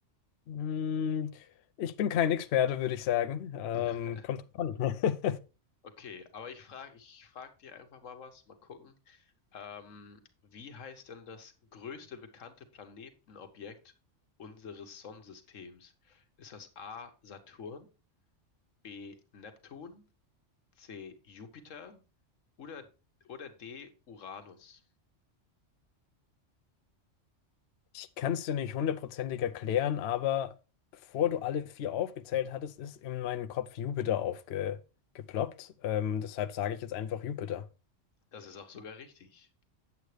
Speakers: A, on the left; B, on the left.
A: Mm, Ich bin kein Experte, würde ich sagen. Ähm,
B: <laughs>
A: kommt drauf an. <laughs>
B: Okay, aber ich frage, ich frag dir einfach mal was, mal gucken. Ähm, wie heißt denn das größte bekannte Planetenobjekt unseres Sonnensystems? Ist das A. Saturn, B. Neptun, C. Jupiter oder, oder D. Uranus?
A: Ich kann es dir nicht hundertprozentig erklären, aber bevor du alle vier aufgezählt hattest, ist in meinen Kopf Jupiter aufgeploppt. Ähm, deshalb sage ich jetzt einfach Jupiter.
B: Das ist auch sogar richtig.